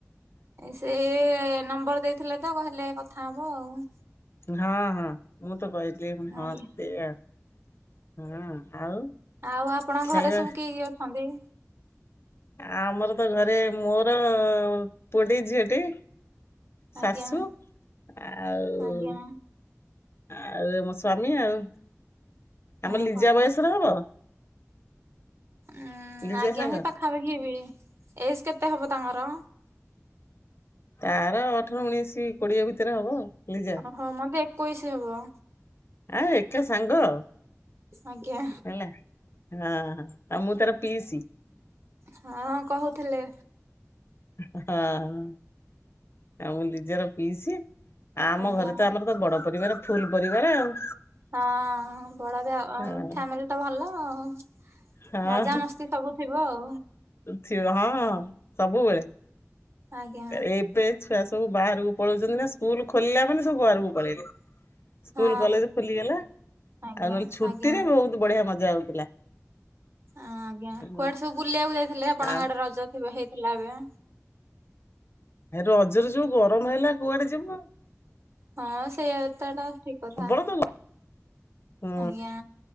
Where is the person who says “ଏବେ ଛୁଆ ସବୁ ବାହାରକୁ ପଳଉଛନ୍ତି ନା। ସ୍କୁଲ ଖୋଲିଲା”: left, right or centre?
Left